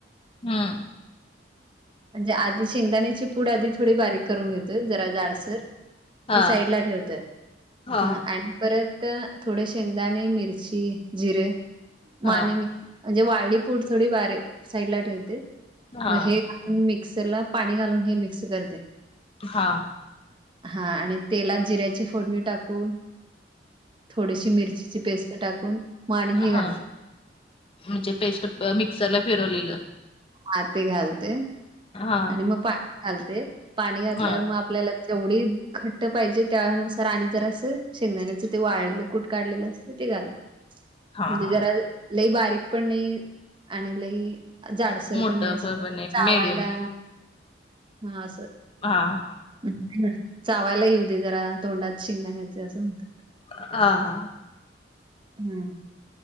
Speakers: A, on the left; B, on the right.
A: हम्म.
B: म्हणजे आधी शेंगदाण्याची पूड, आधी थोडी बारीक करून घेतोय, जरा जाडसर.
A: हा
B: ती साईडला ठेवतोय.
A: हा
B: हम्म. आणि परत तर थोडे शेंगदाणे, मिरची, जिरं <unintelligible>
A: हा
B: म्हणजे वाळी पूड थोडी बारीेक, साईड ला ठेवते.
A: हा
B: मग हे मिक्सर ला पाणी घालून, हे मिक्स करते.
A: हा.
B: हा, आणि तेलात जिऱ्याची फोडणी टाकून थोडीशी मिरचीची पेस्ट टाकून मग आणि
A: हा,
B: हे घालते.
A: म्हणजे पेस्ट प मिक्सरला फिरवलेलं.
B: हा ते घालते.
A: हा
B: आणि मग पाणी घालते. पाणी घातल्यावर
A: हा
B: मग आप आपल्याला जेवढी घट्ट पाहिजे, त्यानुसार आणि जर असं, शेंगदाण्याच ते वाळलेलं कूट काढलेलं अस ते घालत.
A: हा
B: म्हणजे
A: हा.
B: जरा, लई बारीक पण नाही, आणि लई जाडसर
A: मोठं
B: पण नाही.
A: नाही
B: चावायला,
A: मीडियम
B: हा असं.
A: हा.
B: <unintelligible> चावायला येऊ दे जरा, तोंडात शेंगदाण्याचे असं म्हणतात.
A: <inaudible> हा, हा.
B: हम्म.